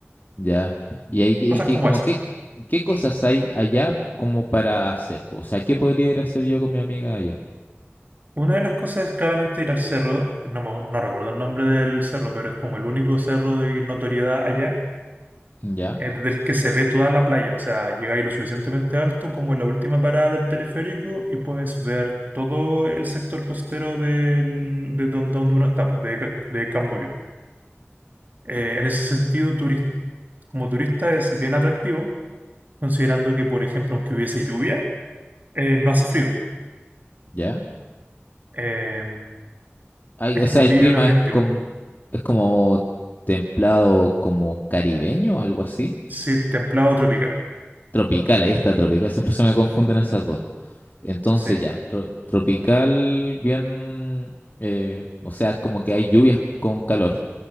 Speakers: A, on the left; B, on the right.
A: Ya. Y ahí, y
B: Cosas
A: que,
B: como
A: como
B: esa.
A: qué, qué cosas hay allá como para hacer. po? O sea, ¿qué podría ir a hacer yo con mi amiga allá?
B: Una de las cosas es claramente ir al cerro, no, me- no recuerdo el nombre del cerro, pero es como el único cerro de notoriedad allá
A: Ya,
B: eh, desde el que se ve toda la playa, o sea, llegáis lo suficientemente alto como en la última parada del teleférico y puedes ver todo el sector costero del- de don- donde uno está, pues, de, Ca- de Camboriú. Eh, en ese sentido, turis- como turista es bien atractivo, considerando que, por ejemplo, aunque hubiese lluvia, eh, no hace frío.
A: ya.
B: Eh,
A: Ay,
B: es
A: o
B: como
A: sea, el
B: tibio
A: clima
B: el ambiente
A: es como,
B: igual.
A: es como templado, como caribeño, algo así.
B: Sí, templado tropical.
A: Tropical, ahí está, tropical. Siempre se me confunden esas dos. Entonces
B: Sí,
A: ya, tro- tropical, bien, eh, o sea, como que hay lluvias con calor,